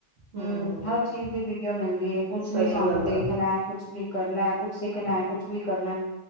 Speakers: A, on the right; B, on the left.
A: ਹੂੰ,
B: ਹਮ, ਹਰ ਚੀਜ਼ ਦੀ ਵੀਡੀਓ ਮਿਲਦੀ ਕੁਛ ਵੀ
A: ਸਹੀ
B: ਸਾਨੂੰ
A: ਗੱਲ
B: ਦੇਖਣਾ
A: ਆ।
B: ਐ, ਕੁਛ ਵੀ ਕਰਨਾ ਐ, ਕੁਛ ਸਿੱਖਣਾ ਐ, ਕੁਛ ਵੀ ਕਰਨਾ ਐ।